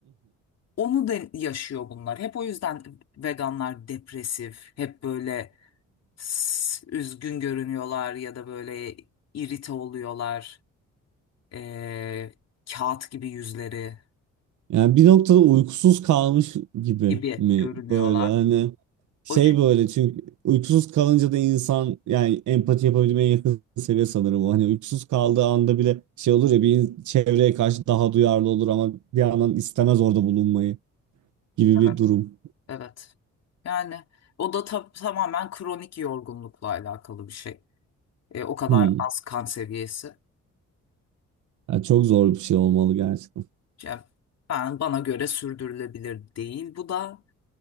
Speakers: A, on the left (about 60°); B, on the right (about 75°).
A: Onu da yaşıyor bunlar. Hep o yüzden veganlar depresif, hep böyle s- üzgün görünüyorlar ya da böyle irite oluyorlar. E, kağıt gibi yüzleri.
B: Yani bir noktada uykusuz kalmış gibi
A: gibi
B: mi
A: görünüyorlar.
B: böyle hani şey
A: O çünkü
B: böyle çünkü uykusuz kalınca da insan yani empati yapabilmeye yakın seviye sanırım o. Hani uykusuz kaldığı anda bile şey olur ya bir in- çevreye karşı daha duyarlı olur ama bir yandan istemez orada bulunmayı gibi bir
A: evet,
B: durum.
A: evet. Yani o da ta- tamamen kronik yorgunlukla alakalı bir şey. E, o kadar
B: <laughs>
A: az kan seviyesi.
B: Ya çok zor bir şey olmalı gerçekten.
A: Yani ben bana göre sürdürülebilir değil. Bu da